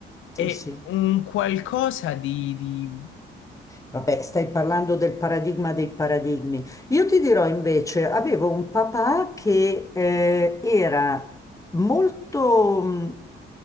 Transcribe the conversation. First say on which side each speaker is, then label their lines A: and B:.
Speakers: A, on the left; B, on the left.
A: E
B: Sì, sì.
A: un qualcosa di, di-
B: Vabbè, stai parlando del paradigma dei paradigmi. Io ti dirò invece, avevo un papà che eh, era molto, mh,